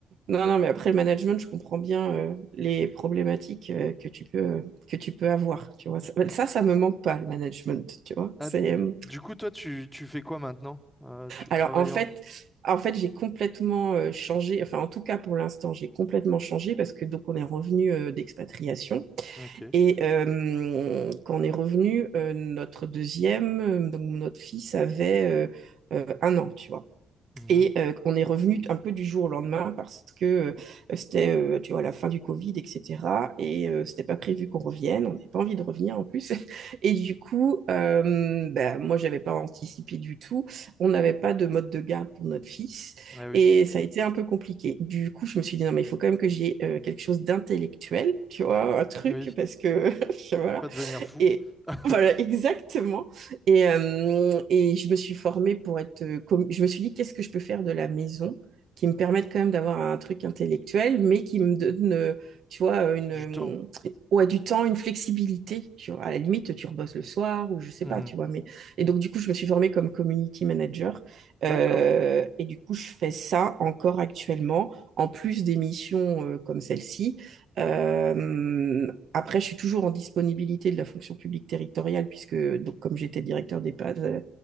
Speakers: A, on the right (about 65°); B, in the centre.
A: Non, non, mais après le management, je comprends bien euh, les problématiques euh, que tu peux, que tu peux avoir, tu vois.
B: Mm,
A: Ça, bah,
B: mm.
A: ça, ça me manque pas, le management, tu vois.
B: Ah,
A: C'est,
B: d-
A: euh,
B: du coup toi tu, tu fais quoi maintenant? Euh, tu
A: Alors,
B: travailles
A: en fait,
B: en...
A: en fait, j'ai complètement euh, changé, enfin, en tout cas, pour l'instant, j'ai complètement changé parce que, donc, on est revenu euh, d'expatriation.
B: Ok.
A: Et euh, quand on est revenu, euh, notre deuxième, euh, donc, notre fils avait euh, euh, un an, tu vois.
B: Mhm.
A: Et euh, on est revenu un peu du jour au lendemain parce que euh, c'était, euh, tu vois, la fin du Covid, etc. Et euh, c'était pas prévu qu'on revienne. On n'avait pas envie de revenir en plus. <laughs> Et du coup, euh, ben, moi, j'avais pas anticipé du tout. On n'avait pas de mode de garde pour notre fils.
B: Ah oui
A: Et ça a été un peu compliqué. Du coup, je me suis dit, non, mais il faut quand même que j'ai euh, quelque chose d'intellectuel, tu vois, un truc,
B: oui.
A: parce que, <laughs> je- voilà
B: Pas devenir fou
A: et
B: <laughs>
A: voilà, exactement. Et, euh, et je me suis formée pour être... euh, com- Je me suis dit, qu'est-ce que je peux faire de la maison qui me permette quand même d'avoir un truc intellectuel, mais qui me donne, euh, tu vois, une,
B: du
A: euh,
B: temps.
A: ouais, du temps, une flexibilité. Tu vois, à la limite, tu rebosses le soir ou je sais
B: Mhm.
A: pas, tu vois. Mais... Et donc, du coup, je me suis formée comme community manager.
B: D'accord.
A: Euh, et du coup, je fais ça encore actuellement, en plus des missions euh, comme celle-ci. Euh, après, je suis toujours en disponibilité de la fonction publique territoriale, puisque donc, comme j'étais directeur d'EHPAD euh,